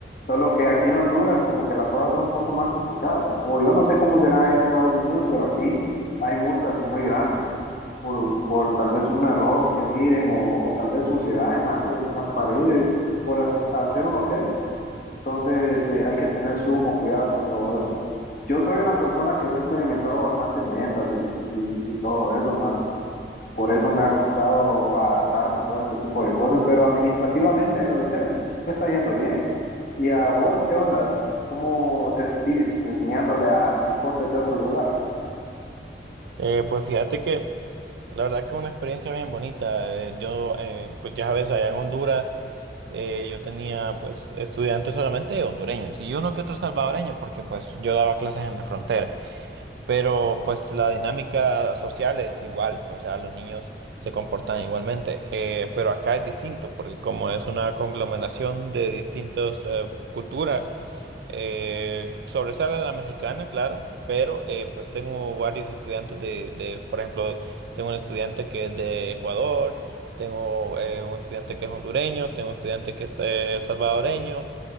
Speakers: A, on the left; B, on the right.
A: solo que aquí en Honduras como que las cosas son un poco más complicadas. O yo no sé cómo será allá en Estados Unidos, pero aquí hay multas y muy grandes por, por tal vez un error que miren o, o tal vez suciedad en algo, en las paredes, por ha- hacer un hotel. Entonces eh, hay que tener sumo cuidado con todo eso. Yo soy una persona que se ha experimentado bastante en ventas y, y- y todo eso más. Por eso me ha costado adaptarme a todo ese tipo de cosas, pero administrativamente en el hotel me está yendo bien. ¿Y a vos qué onda? ¿Cómo te sentís enseñándole a cipotes de otro lugar?
B: Eh, pues fíjate que La verdad que una experiencia bien bonita. eh, yo, eh, pues ya sabes, allá en Honduras, eh, yo tenía pues estudiantes solamente hondureños y uno que otro salvadoreño, porque pues yo daba clases en la frontera. Pero pues la dinámica social es igual, o sea, los niños se comportan igualmente. eh, pero acá es distinto, porque como es una conglomeración de distintas eh, culturas, eh, sobresale la mexicana, claro, pero eh, pues tengo varios estudiantes de, de, por ejemplo, tengo un estudiante que es de Ecuador, tengo eh, un estudiante que es hondureño, tengo un estudiante que es eh, salvadoreño.